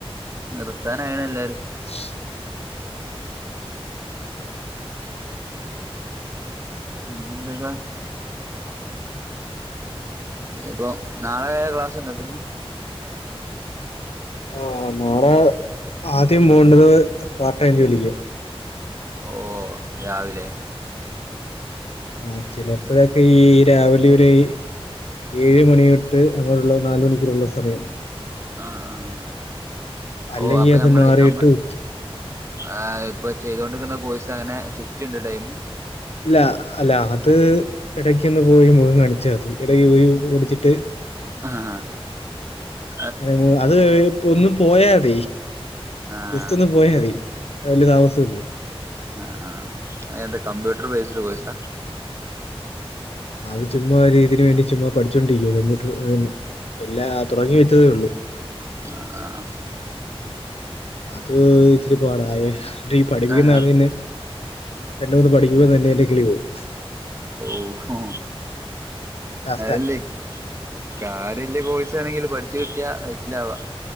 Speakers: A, on the right; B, on the left.
A: നിർത്താനായാണ് എല്ലാരും
B: <unintelligible>
A: പിന്നെന്തതാ ഇനിപ്പൊ നാളെ ക്ലാസുണ്ടോ ഇപ്പം ഇനി
B: ഓ നാളെ ആദ്യം പോണ്ടത് പാർടൈം ജോലിക്ക്
A: ഓ രാവിലെ
B: ആ ചിലപ്പോഴൊക്കെ ഈ രാവിലെ ഒര് ഏഴ് മണി തൊട്ട് അങ്ങോട്ടുള്ള നാല് മണിക്കുറുള്ള സമയം
A: ആഹ് ആഹ്
B: അല്ലെങ്കിൽ
A: ഓഹ് അപ്പൊ
B: അത്
A: ഞമ്മള്
B: മാറിയിട്ട്
A: നമ്മ
B: ഉച്ച
A: ആ ഇപ്പൊ ചെയ്തോണ്ടിക്കുന്ന കോഴസ് അങ്ങനെ ഷിഫ്റ്റ് ഉണ്ട് ടൈമ്
B: ഇല്ല അല്ല അത് ഇടക്കൊന്ന് പോയി മുഖം കാണിച്ചാ മതി ഇടക്ക് പോയി പിടിച്ചിട്ട്
A: ആഹ് ഹ
B: <unintelligible> അത് കഴിഞ്ഞപ്പോ ഒന്നും പോയാത
A: ആഹ്
B: അടുത്തൊന്ന് പോയാ മതി വല്യ താമസം ഇല്ല
A: ആഹ് ആഹ് എന്താ കമ്പ്യൂട്ടർ ബേസ്ഡ് കോയ്സ
B: ഉം. അത് ചുമ്മാ ഒരീതിന് വേണ്ടി ചുമ്മാ പഠിച്ചുകോണ്ടിരിക്കുവാണ് കമ്പ്യൂട്ടർന് എല്ലാ തുടങ്ങി വെച്ചതേ ഉള്ളൂ
A: ആഹ് ആഹ്
B: അത് ഇച്ചിരി പാടയെ അവിടെ പഠിപ്പിക്കുന്ന
A: ആഹ്
B: ആള് പിന്നെ രണ്ട് മൂന്ന് പഠിക്കുമ്പോ തന്നെ എന്റെ കിളി പോവും
A: ഓഹ്
B: ടാസ്കാ
A: അതല്ലേ കാര്യല്ലേ കൊയിസനങ്കിലും പഠിച്ച് കിട്ടിയ ഹൈറ്റിലവം